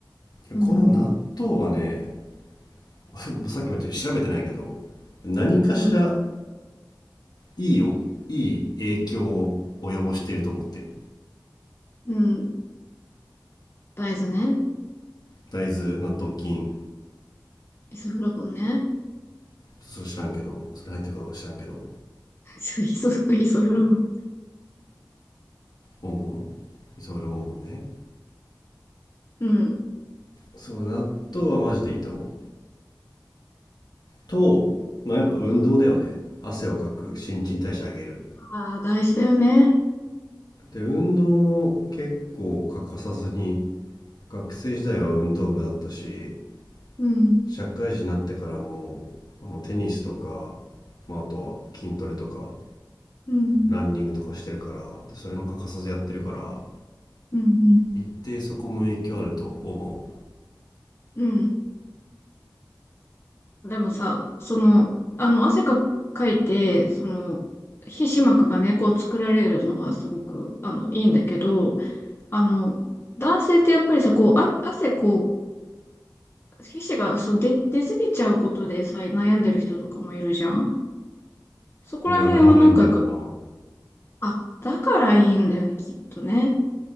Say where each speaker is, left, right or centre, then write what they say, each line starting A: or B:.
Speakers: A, on the left (about 70°); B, on the left (about 35°).
A: うこの納豆はね
B: うん。
A: <laughs> さっきも言ったように調べてないけど何かしら
B: うん。
A: いいおいい影響を及ぼしていると思ってる
B: うん。大豆ね。
A: 大豆納豆菌
B: イソフラボンね。
A: それ知らんけどそれ入ってるかどうか知らんけど
B: <laughs> そうイソ、イソフラボン。
A: ボンボン磯村ボンボンね
B: うん。
A: そう納豆はマジでいいと思うとまあやっぱ運動だよね汗をかく新陳代謝上げる
B: なるほど。ああ、大事だよね。
A: で運動も結構欠かさずに学生時代は運動部だったし
B: うん。
A: 社会人になってからもあのテニスとか、まあ、あとは筋トレとか
B: うん。
A: ランニングとかしてるからそれも欠かさずやってるから
B: うん。うん。
A: 一定そこも影響あると思
B: うん。でもさ、その、あの、汗か、かいて、その、皮脂膜がね、こう作られるのはすごく、あの、いいんだけど、あの、男性ってやっぱりさ、こう、あ、汗、こう、皮脂が、そう、出、出すぎちゃうことでさ、悩んでる人とかもいるじゃんそこら辺はなんか、
A: ういやならないんだよな
B: あ、だからいいんだよね、きっとね。